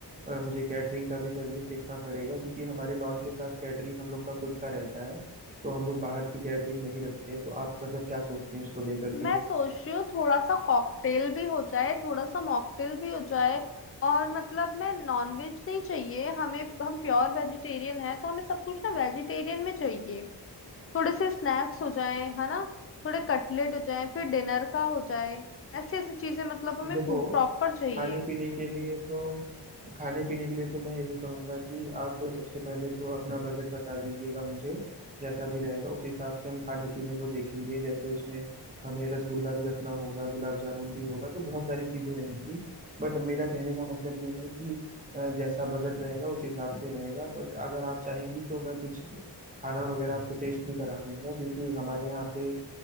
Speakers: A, on the right (about 20°); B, on the left (about 35°).
A: अ, मुझे कैटरिंग का भी सर्विस देखना पड़ेगा क्योंकि हमारे लॉन के साथ कैटरिंग हम लोग का खुद का रहता है तो हम लोग बाहर की कैटरिंग नहीं रखते तो आप मतलब क्या सोचते हैं उसको लेकर
B: मैं सोच रही हूँ थोड़ा सा कॉकटेल भी हो जाए थोड़ा सा मॉकटेल भी हो जाए और मतलब मैं नॉनवेज नहीं चाहिए हमें हम प्योर वेजिटेरियन है तो हमें सब कुछ ना वेजिटेरियन में चाहिए थोड़े से स्नैक्स हो जाए है ना थोड़े कटलेट हो जाए फिर डिनर का हो जाए ऐसी ऐसी चीजें मतलब हमें
A: देखो
B: प्रॉपर चाहिए
A: खाने पीने के लिए तो खाने पीने के लिए तो मैं यही कहूंगा कि आप सबसे पहले तो अपना बजट बता दीजिएगा मुझे जैसा भी रहेगा उस हिसाब से हम खाने पीने को देखेंगे जैसे उसमें हमें रसगुल्ला भी रखना होगा गुलाब जामुन भी होगा तो बहुत सारी चीजें रहेंगी बट मेरा कहने का मतलब ये है कि अ, जैसा बजट रहेगा उस हिसाब से रहेगा बट अगर आप चाहेंगी तो मैं कुछ खाना वगैरह आपको टेस्ट भी करा दूंगा क्योंकि हमारे यहाँ पे